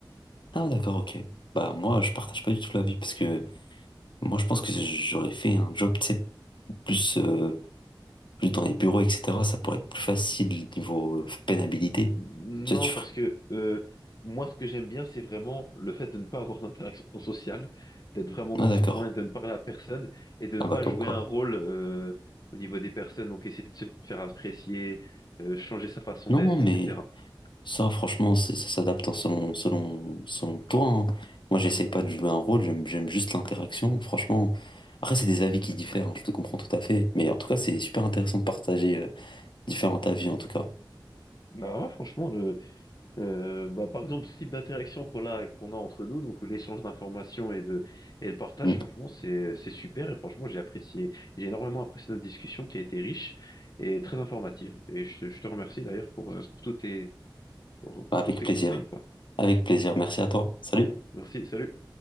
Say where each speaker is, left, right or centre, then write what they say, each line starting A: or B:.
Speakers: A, on the left; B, on the left.
A: Ah d'accord, ok. Bah moi je partage pas du tout l'avis parce que moi je pense que j'aurais fait un job, tu sais, plus, euh, plus dans les bureaux, etc. Ça pourrait être plus facile niveau euh, pénalité.
B: N-
A: Tu
B: Non,
A: vois, tu ferais.
B: parce que euh, moi, ce que j'aime bien, c'est vraiment le fait de ne pas avoir d'interaction sociale, d'être vraiment
A: Ah
B: dans
A: d'accord.
B: son coin, et de ne parler à personne et de
A: Ah
B: ne pas
A: bah comme
B: jouer
A: quoi.
B: un rôle euh, au niveau des personnes, donc essayer de se faire apprécier, euh, changer sa façon
A: Non
B: d'être,
A: mais
B: etc.
A: ça franchement c'est- ça s'adapte en selon, selon, selon toi. hein. Moi j'essaie pas de jouer un rôle, j'aime j'aime juste l'interaction. Franchement, après c'est des avis qui diffèrent, hein, je te comprends tout à fait. Mais en tout cas c'est super intéressant de partager euh, différents avis en tout cas.
B: Bah ouais, franchement, le- Euh, bah, par exemple, ce type d'interaction qu'on a, qu'on a entre nous, donc l'échange d'informations et de, et le partage,
A: Mm.
B: franchement, c'est, c'est super. Et franchement, j'ai apprécié, j'ai énormément apprécié notre discussion qui a été riche et très informative. Et je, te- je te remercie d'ailleurs pour, euh, pour tous tes, pour, pour
A: Avec
B: tous tes
A: plaisir.
B: conseils, quoi.
A: Avec plaisir, merci à toi. Salut.
B: Merci, salut.